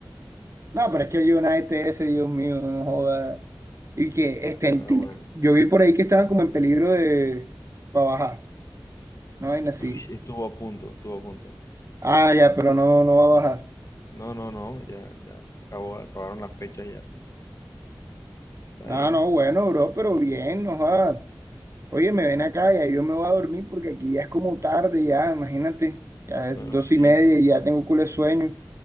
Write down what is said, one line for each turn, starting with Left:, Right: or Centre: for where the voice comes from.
Right: No, pero es que el United ese, Dios mío, no joda. Y que estén,
Left: Pero
Right: ten-
Left: bueno.
Right: yo vi por ahí que estaban como en peligro de, para bajar, no vaina así.
Left: Uy, estuvo a punto, estuvo a punto.
Right: Ah, ya, pero no, no va a bajar.
Left: No, no, no, ya, ya. Acabó, acabaron las fechas ya. Está
Right: Ah,
Left: bien.
Right: no, bueno, bro, pero bien, no joda. Oye, me ven acá, ya yo me voy a dormir porque aquí ya es como tarde, ya, imagínate, ya es
Left: Bueno,
Right: dos
Left: sí,
Right: y media
Left: sí,
Right: y ya
Left: sí.
Right: tengo culo de sueño.